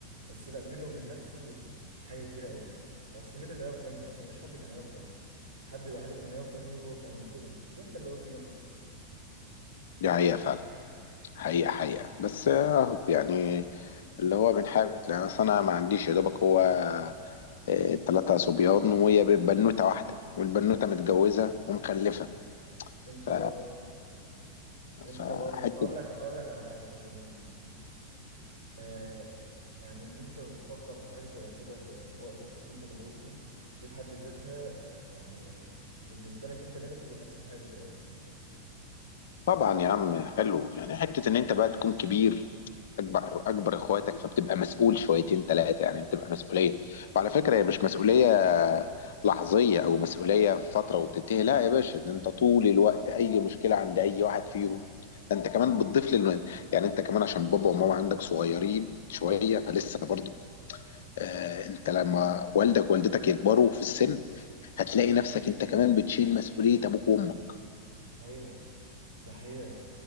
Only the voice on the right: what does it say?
بس لا بينه وبين نفسه حاجه كبيره قوي اصل مين اللي هيقف جنبه اصل مفيش حد كان هيقف جنبه الحد الوحيد اللي كان هيقف جنبه هو كان المفروض انت وانت اللي وقفت جنبه
انت
برضه انت
برضه اقول لك اقول لك على حاجه برضه مهمه آه يعني ان انت تفكر في حاجه شبه كده في في وقت كنت انت مضغوط فيه دي في حد ذاتها يعني بالنسبه لك انت بينك وبين نفسك حاجه كبيره قوي
ايوه ده حقيقه